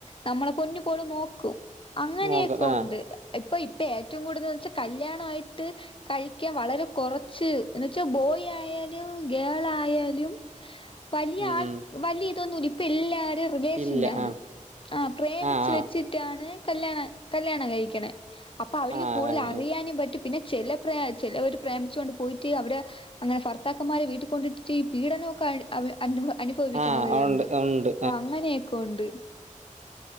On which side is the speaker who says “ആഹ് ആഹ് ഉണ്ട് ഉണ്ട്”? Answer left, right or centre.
Right